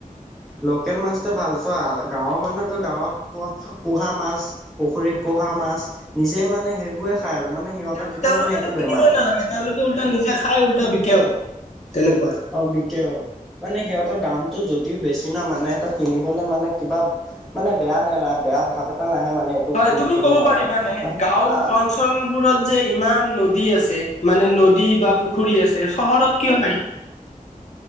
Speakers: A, in the centre; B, on the left (about 55°).
A: লোকেল মাছটো ভাল চোৱা, গাঁৱৰ মানুহেতো গাঁৱত পোহা মাছ পুখুৰীত পোহা মাছ নিজে মানে সেইবোৰে খায় আৰু মানে সিহঁতৰ
B: তেওঁ
A: তেতিয়া
B: তেওঁলোকেতো
A: মানে একো
B: কিনিবই
A: বেমাৰ নাই।
B: নালাগে তেওঁলোকে উল্টা নিজে খাই উল্টা বিকেও। তেনেকুৱা
A: <inaudible> অ' বিকে অ' মানে সিহঁতৰ দামটো যদিও বেছি ন মানে সিহঁতৰ কিনিবলে মানে কিবা মানে বেয়া না, বেয়া ভাৱ এটা নাহে মানে। এইটো
B: হয়
A: নিকিনো
B: তুমি ক'ব
A: মানে
B: পাৰিবাানে গাঁও
A: আহ
B: অঞ্চল অঞ্চলবোৰত যে ইমান নদী আছে, মানে নদী বা পুখুৰী আছে চহৰত কিয় নাই?